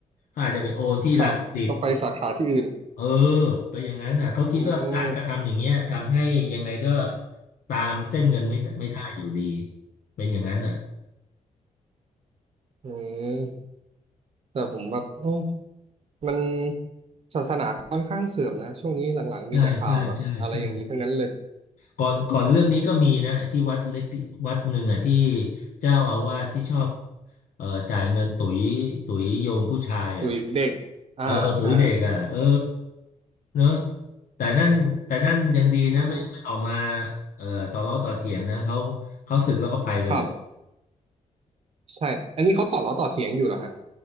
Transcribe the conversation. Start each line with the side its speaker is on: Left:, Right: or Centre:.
Left: เขาอาจจะไปโอนที่รังสิต
Right: ครับก็ไปสาขาที่อื่น
Left: เออไปอย่างนั้นน่ะเขาคิดว่าการกระทำอย่างเงี้ยทำให้ยังไงก็
Right: อืม
Left: ตามเส้นเงินไม่ได้ม่ได้อยู่ดีเป็นอย่างนั้นน่ะ
Right: อืมแต่ผมแบบโอ้มันศาสนาค่อนข้างเสื่อมนะช่วงนี้หลังๆมีแต่ข่าวแบบอะไรอย่างนี้ทั้งนั้นเลย
Left: ใช่ใช่ใช่ใช่ก่อนก่อนเรื่องนี้ก็มีนะที่วัดเล็กวัดหนึ่งอ่ะที่เจ้าอาวาสที่ชอบเอ่อจ่ายเงินตุ๋ยตุ๋ยโยมผู้ชายอ่ะ
Right: ตุยเด็กอ่าใช่
Left: เออตุ๋ยเด็กอ่ะเออเนอะแต่นั่นแต่นั่นยังดีนะไม่ไม่ออกมา
Right: มัน
Left: เอ่อต่อล้อต่อเถียงนะเขาเขาสึกแล้วเขาไปเลย
Right: ครับใช่อันนี้เขาต่อล้อต่อเถียงอยู่เหรอฮะ